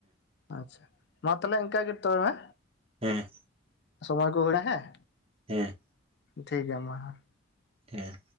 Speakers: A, on the left (about 55°); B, on the right (about 30°).
A: ᱟᱪᱷᱟ ᱾ᱢᱟ ᱛᱟᱦᱞᱮ ᱤᱱᱠᱟᱹ ᱜᱮ ᱛᱚᱵᱮᱸ ᱢᱮᱼᱼ
B: ᱦᱮᱸ
A: ᱥᱚᱢᱚᱭ ᱠᱚ ᱦᱩᱭ ᱮᱱᱟ ᱦᱮᱸᱼᱼ
B: ᱦᱮᱸ
A: ᱴᱷᱤᱠ ᱜᱮᱭᱟ ᱢᱟ ᱦᱮᱸᱼᱼ
B: ᱦᱮᱸ